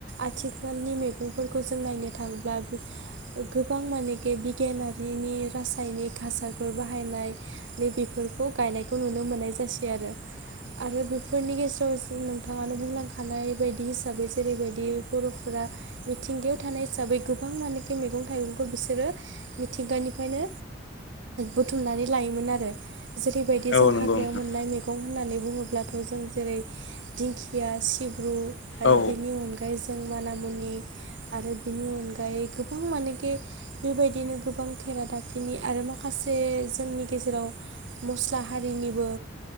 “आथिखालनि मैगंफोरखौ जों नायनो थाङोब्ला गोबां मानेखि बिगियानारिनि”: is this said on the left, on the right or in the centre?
Right